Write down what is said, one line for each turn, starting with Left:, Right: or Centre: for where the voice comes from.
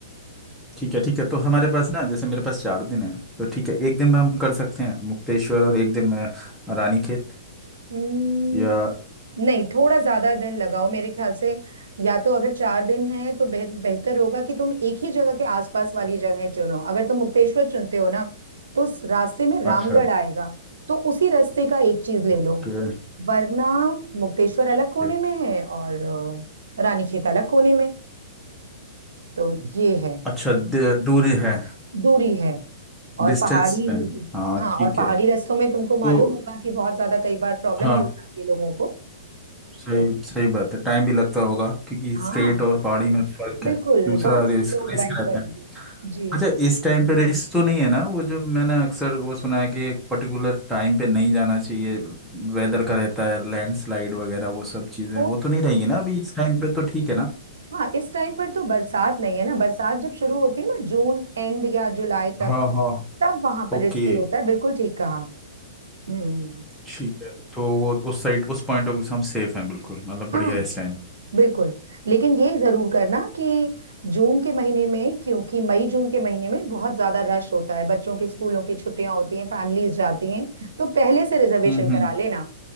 Centre: ठीक है ठीक है तो हमारे पास ना जैसे मेरे पास चार दिन है तो ठीक है एक दिन में हम कर सकते हैं मुक्तेश्वर और एक दिन में रानीखेत
Right: हो
Centre: या
Right: नहीं थोड़ा ज्यादा दिन लगाओ मेरे ख्याल से या तो अगर चार दिन है तो बेह, बेहतर होगा कि तुम एक ही जगह के आसपास वाली जगह चुनो अगर तुम मुक्तेश्वर चुनते हो ना तो उस रास्ते में रामगढ़
Centre: अच्छा
Right: आएगा तो उसी रास्ते का एक चीज ले
Centre: ओके
Right: लो वरना मुक्तेश्वर अलग
Centre: ओके
Right: कोने में है और अ, रानीखेत अलग कोने में तो ये है
Centre: अच्छा दे- दूरी है
Right: दूरी है और
Centre: डिस्टेंस
Right: पहाड़ी
Centre: पे है हाँ
Right: हाँ
Centre: ठीक
Right: और पहाड़ी
Centre: है
Right: रास्तों में तुमको
Centre: तो
Right: मालूम होगा कि बहुत ज्यादा कई बार प्रॉब्लम
Centre: हाँ
Right: भी हो जाती है लोगों को
Centre: सही
Right: तो
Centre: सही बात है टाइम भी लगता होगा क्योंकि
Right: हाँ
Centre: स्ट्रेट और पहाड़ी में फर्क
Right: बिल्कुल
Centre: है दूसरा
Right: बहुत
Centre: रिस्क
Right: स्लो
Centre: रिस्क
Right: ड्राइव
Centre: रहता
Right: करोगे
Centre: है
Right: जी
Centre: अच्छा इस टाइम पे रिस्क तो नहीं है ना वो जो मैंने अक्सर वो सुना है कि एक पर्टिकुलर टाइम पे नहीं जाना चाहिए वेदर का रहता है लैंडस्लाइड वगैरह वो सब चीजें
Right: वो
Centre: वो तो नहीं रहेगी ना अभी इस टाइम पे तो ठीक है ना
Right: हाँ इस टाइम पर तो बरसात नहीं है ना बरसात जब शुरू होती है ना जून एंड या जुलाई तक
Centre: हाँ हाँ
Right: तब वहां पर
Centre: ओके
Right: रिस्की होता है बिल्कुल ठीक कहा हम्म
Centre: ठीक है तो वो उस साइड उस पॉइंट ऑफ व्यू से हम सेफ हैं बिल्कुल मतलब बढ़िया
Right: हाँ
Centre: है इस टाइम
Right: बिल्कुल लेकिन ये जरूर करना कि जून के महीने में क्योंकि मई जून के महीने में बहुत ज्यादा रश होता है बच्चों के स्कूलों की छुट्टियां होती हैं फैमिलीज जाती हैं तो पहले से रिजर्वेशन
Centre: हम्म
Right: करा
Centre: हम्म
Right: लेना